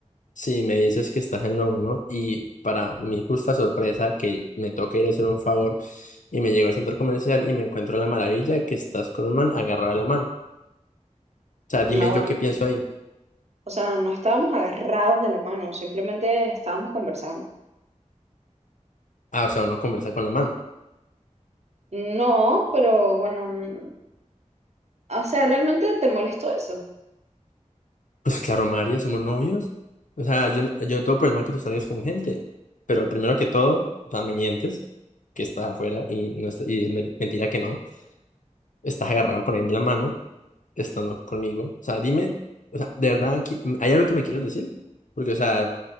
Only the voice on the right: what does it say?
No, bueno,
O sea, no estábamos agarrados de la mano, simplemente estábamos conversando.
No, pero bueno, n- o sea, ¿realmente te molestó eso?